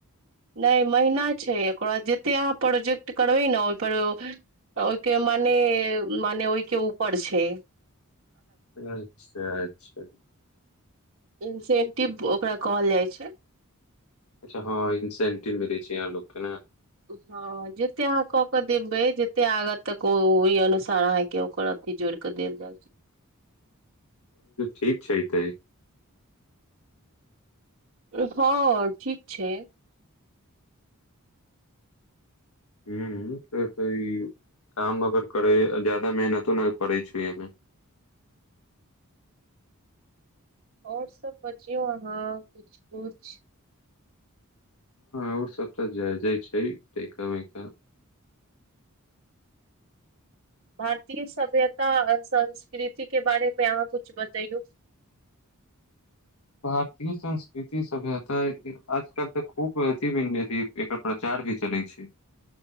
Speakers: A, on the right; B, on the left.
A: नय महीना छै ओकर बाद जते अहाँ प्रोजेक्ट करबै ने ओहिपर ओ ओहिके मने मने ओहिके ऊपर छय
B: अच्छा अच्छा
A: इंसेंटिप ओकरा कहल जाइ छय
B: अच्छा हँ इन्सेन्टिव मिलै छय अहाँ लोकके ने
A: हँ जते अहाँ कऽ के देबै जते आगा तक ओ ओहि अनुसार अहाँ के ओ करत ती जोर कऽ देल जाइ छै
B: ठीक छैैतै <unintelligible>
A: हँ, ठीक छै
B: हूॅं, से तॅं ई काम अगर करै ज्यादा मेहनतो नहि पड़ै छै एहिमे
A: और सब बजियौ अहाँ कुछ-कुछ
B: और सब तऽ जय-जय छै, एकदम-एकदम
A: भारतीय सभ्यता आ संस्कृतिके बारेमे अहाँ कुछ बतैयौ
B: भारतीय संस्कृति सभ्यता आजकल तऽ खूब अथि बनि गेलैए एकर प्रचार भी चलै छै।